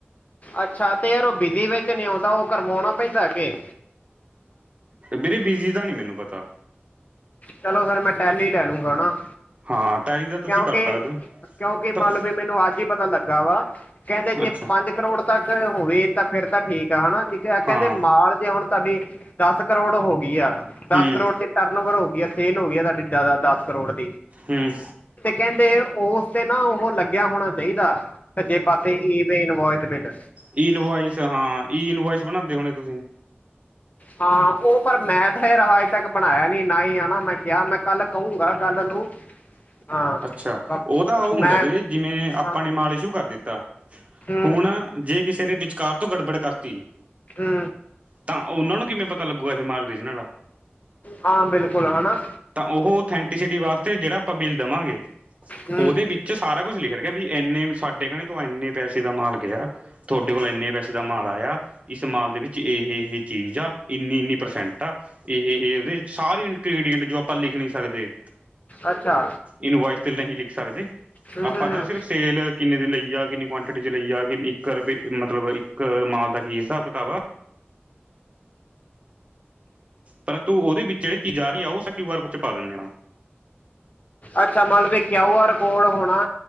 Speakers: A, on the left (about 35°); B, on the right (about 30°).
A: ਅੱਛਾ ਤੇ ਯਾਰ ਉਹ ਬਿਜੀ ਵਿੱਚ ਨਹੀ ਆਉਂਦਾ, ਉਹ ਕਰਵਾਉਣਾ ਪੈਂਦਾ ਕੇ?
B: ਵੀਰੇ, ਬਿਜੀ ਦਾ ਨੀ ਮੈਨੂੰ ਪਤਾ।
A: ਚਲੋ ਫਿਰ ਮੈਂ ਟੈਲੀ ਲੈ ਲੂੰਗਾ ਨਾ
B: ਹਾਂ ਟੈਲੀ ਦਾ ਤੁਸੀਂ
A: ਕਿਉਂਕਿ,
B: ਕਰ ਸਕਦੇ
A: ਕਿਉਂਕਿ
B: ਹੋ।
A: ਮੰਨ ਲਓ ਵੀ ਮੈਨੂੰ ਅੱਜ ਹੀ ਪਤਾ ਲੱਗਾ ਵਾ, ਕਹਿੰਦੇ ਜੇ
B: ਅੱਛਾ
A: ਪੰਜ ਕਰੋੜ ਤੱਕ ਹੋਵੇ ਤਾਂ ਫੇਰ ਤਾਂ ਠੀਕ ਆ ਹਨਾ, ਜੇ ਕਹਿੰਦੇ
B: ਹਾਂ
A: ਮਾਲ ਜੇ ਹੁਣ ਤੁਹਾਡੀ ਦਸ ਕਰੋੜ ਹੋ ਗਈ ਆ, ਦਸ
B: ਹੂੰ
A: ਕਰੋੜ ਦੇ ਟਰਨ ਓਵਰ ਹੋ ਗਈ ਆ, ਸੇਲ ਹੋ ਗਈ ਆ, ਤੁਹਾਡੀ ਦਸ ਕਰੋੜ ਦੀ
B: ਹਮ।
A: ਫੇਰ ਕੈਂਦੇ ਓਸ ਤੇ ਨਾ ਓ ਲੱਗੇ ਕਿਆ ਹੋਣਾ ਚਾਈਦਾ, ਸੱਜੇ ਪਾਸੇ ਇਵੇ ਇਨਵੋਲ ਦੇ ਵਿੰਡ।
B: ਇ ਇਨਓਇਸ ਹਾਂ ਈਨਓਇਸ ਬਣਾਦੇ ਹੋਣੇ ਤੁਸੀਂ।
A: ਹਾਂ ਓ ਪਰ ਮੈਂ ਤਾਂ ਫੇਰ ਅੱਜ ਤੱਕ ਬਣਾਇਆ ਨੀ, ਨਾ ਹੀ ਹੈਨਾ ਮੈਂ ਕੇਯਾ ਮੈਂ ਕੱਲ ਕਉਂਗਾ ਕੱਲ ਨੂੰ
B: <inaudible>
A: ਹਾਂ
B: ਅੱਛਾ,
A: ਬ-
B: ਓ ਤਾਂ ਓ ਹੁੰਦਾ
A: ਮੈਂ
B: ਵੀਰੇ ਜਿਵੇਂ ਆਪਾਂ
A: ਹਾਂ
B: ਨੇ ਮਾਲ ਇਸ਼ੂ ਕਰ ਦਿੱਤਾ
A: ਹੂੰ
B: ਹੁਣ ਜੇ ਕਿਸੇ ਨੇ ਵਿਚਕਾਰ ਤੋਂ ਗੜਬੜ ਕਰਤੀ
A: ਹੂੰ।
B: ਤਾਂ ਓਨਾਂ ਨੂੰ ਕਿਵੇਂ ਪਤਾ ਲੱਗੂਗਾ ਏਹ ਮਾਲ ਓਰੀਜਨਲ ਆ?
A: ਹਾਂ ਬਿਲਕੁਲ ਹਨਾ
B: ਤਾਂ ਉਹ ਓਥੈਂਟੀਸਿਟੀ ਵਾਸਤੇ ਜੇੜਾ ਆਪਾਂ ਬਿੱਲ ਜਾਵਾਂਗੇ
A: ਹੂੰ
B: ਓਦੇ ਵਿੱਚ ਸਾਰਾ ਕੁਛ ਲਿਖ ਰੱਖਿਆ ਵੀ ਇੰਨੇ ਸਾਡੇ ਕੈਣੇ ਤ ਇੰਨੇ ਪੈਸੇ ਦਾ ਮਾਲ ਗਿਆ, ਤੁਆਡੇ ਕੋਲ ਇੰਨੇ ਪੈਸੇ ਦਾ ਮਾਲ ਆਯਾ। ਇਸ ਮਾਲ ਦੇ ਵਿੱਚ ਇਹ ਇਹ ਚੀਜ ਆ ਇੰਨੀ-ਇੰਨੀ ਪ੍ਰਸੈਂਟ ਆ। ਇਹ ਈਹ ਓਦੇ ਚ ਸਾਰੇ ਇੰਗ੍ਰਡੀਐਂਟ ਜੋ ਆਪਾਂ ਲਿਖ ਨੀ ਸਕਦੇ।
A: ਅੱਛਾ।
B: ਇਨਵੋਇਸ ਤੇ ਨਹੀਂ ਲਿਖ ਸਕਦੇ,
A: ਹੂੰ
B: ਆਪਾਂ
A: ਹੂੰ ਹੂੰ।
B: ਤਾਂ ਸਿਰਫ ਸੇਲ ਕਿੰਨੇ ਦੀ ਲਈ ਆ ਕਿੰਨੀ ਕੁਆਂਟਿਟੀ 'ਚ ਲਈ ਆ ਕਿੰ ਇੱਕ ਰੁਪਏ ਮਤਲਬ ਇੱਕ ਮਾਲ ਦਾ ਕੀ ਹਿਸਾਬ-ਕਿਤਾਬ ਆ। ਪਰੰਤੂ ਓਦੇ ਵਿੱਚ ਜੇੜੀ ਚੀਜ਼ਾਂ ਆ ਰਹੀ ਆ ਓ ਅਸੀ ਕਯੂ ਆਰ ਕੋਡ ਚ ਪਾ ਦਿੰਨੇ ਆਂ
A: ਅੱਛਾ, ਮਲਬ ਕਯੂ ਆਰ ਕੋਡ ਹੋਣਾ